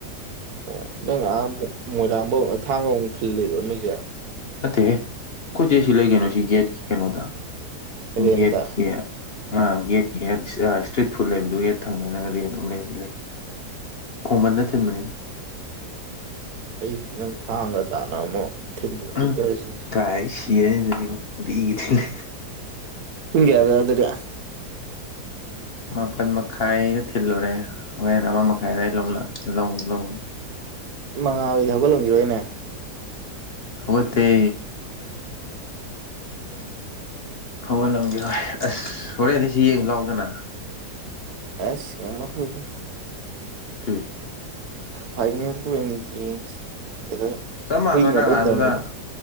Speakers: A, on the right; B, on the left.
A: ꯑꯣ ꯅꯪ ꯑꯥ ꯃꯣꯏꯔꯥꯡꯕꯧ ꯊꯥꯡꯒ ꯑꯃꯨꯛ ꯊꯤꯜꯂꯤꯔꯣ ꯅꯣꯢꯁꯦ
B: ꯅꯠꯇꯦ ꯀꯣꯏꯆꯦ ꯁꯤ ꯂꯩ ꯀꯩꯅꯣ ꯁꯤ ꯒꯦꯠꯀꯤ ꯀꯩꯅꯣꯗ
A: ꯔꯦꯟꯇ
B: ꯒꯦꯠꯀꯤ ꯑ ꯒꯦꯠꯒꯤ ꯍꯦꯛ ꯏꯁꯇ꯭ꯔꯤꯠ ꯐꯨꯗ ꯂꯩꯕꯗꯨꯒꯤ ꯊꯪꯅꯅ ꯂꯦꯟ ꯑꯃ ꯂꯩ ꯈꯣꯡꯃꯟꯗ ꯊꯤꯟꯕꯅꯦ
A: ꯎꯝ ꯑꯩꯗꯤ ꯅꯪ ꯊꯥꯡꯒ ꯇꯥꯟꯅ ꯑꯃꯨꯛ ꯊꯤꯟꯗꯔꯤ
B: ꯎꯝ
A: ꯈꯔꯁꯤꯅꯤ
B: ꯀꯥꯏ ꯁꯤꯔꯅꯤ ꯅꯨꯡꯇꯤꯒꯤ ꯊꯤꯜꯂꯗꯤ
A: ꯄꯨꯡ ꯀꯌꯥꯗ ꯑꯗꯨꯗꯤ
B: ꯃꯥꯄꯜ ꯃꯈꯥꯏꯗ ꯊꯤꯜꯂꯨꯔꯦ ꯍꯣꯔꯦꯟ ꯑꯃ ꯃꯈꯥꯏꯗ ꯂꯧ ꯂꯧꯅꯤ
A: ꯃꯉꯥꯜꯗꯤ ꯍꯧꯒꯠꯉꯥꯝꯈꯤꯔꯣꯅꯦ
B: ꯍꯧꯒꯠꯇꯦ ꯍꯧꯒꯠꯂꯝꯒꯤꯔꯣꯢ ꯑꯁ ꯍꯣꯔꯦꯟꯗꯤ ꯁꯤ ꯌꯦꯡꯁꯤ ꯂꯥꯎꯗꯅ
A: ꯑꯁ ꯉꯥꯝꯃꯔꯣꯢꯗ
B: ꯎꯝ
A: ꯐꯥꯏꯅꯦꯟꯗ ꯑꯣꯢꯅ ꯌꯦꯡꯁꯤ ꯁꯤꯗ
B: ꯆꯞ ꯃꯥꯟꯅꯅ
A: ꯍꯨꯏ ꯃꯇꯣꯟ
B: ꯅꯪ ꯑꯗꯨꯗ
A: ꯊꯝꯕꯗꯣ